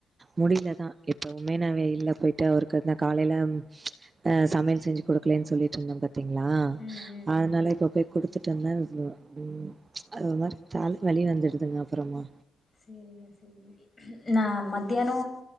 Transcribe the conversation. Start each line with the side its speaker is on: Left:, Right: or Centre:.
Right: முடியலதா இப்பவுமே நா வெயில்ல போய் ட்டு அவருக்கு அந்த காலேல ஆ சமையல் செஞ்சி குடுக்கலேன்னு சொல்லிட்டுருந்தே பாத் தீங்களா
Left: ம் ம்
Right: அதனால
Left: ம்
Right: இப்ப போய் குடுத்துட்டு வந்தே ம் ம் அது ஒரு மாரி தல வலி வந்துடுதுங்க அப்பறமா
Left: சேரிங்க சேரிங்க நா மத்தியானோ